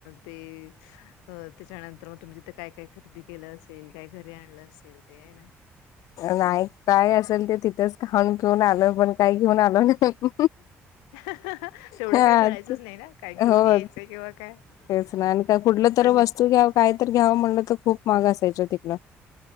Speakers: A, on the left (about 85°); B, on the left (about 70°).
A: ते अ त्याच्यानंतर म तुम्ही तिथं काय काय खरेदी केलं असेल? काय घरी आणलं असेल ते आहे ना?
B: नाही काय असेल ते तिथंच खाऊन पिऊन आलं पण काही घेऊन आलो नाही.
A: तेवढं
B: हा
A: काय कळायचंच नाही ना काय घेऊन
B: हो
A: यायचं किंवा काय.
B: तेच ना आणि कुठलं तर
A: पण
B: वस्तू घ्याव काय तर घ्यावं म्हणलं तर खूप महाग असाय तिकड.